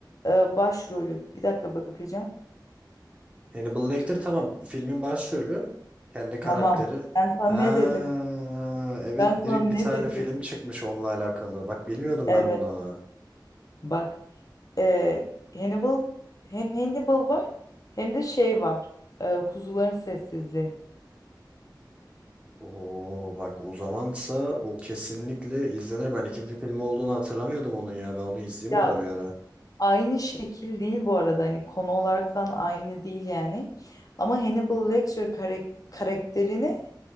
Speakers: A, on the left; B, on the right.
A: e, başrolü. Bir dakika bakacağım.
B: Hannibal Lecter tamam. Filmin başrolü. Kendi karakteri.
A: Tamam. Ben sana
B: Ha
A: ne dedim?
B: evet
A: Ben sana
B: direkt
A: ne
B: bir tane
A: dedim?
B: film çıkmış onunla alakalı. Bak bilmiyordum
A: Evet.
B: ben bunu.
A: Bak Ee, Hannibal hem Hannibal var hem de şey var. e, Kuzuların Sessizliği.
B: Oo bak o zamansa o kesinlikle izlenir. Ben ikinci filmi olduğunu hatırlamıyordum onun ya. Ben onu izleyeyim
A: Ya
B: mi ora bir ara.
A: aynı şekil değil bu arada hani konu olarak falan aynı değil yani. Ama Hannibal Lecter karak- karakterini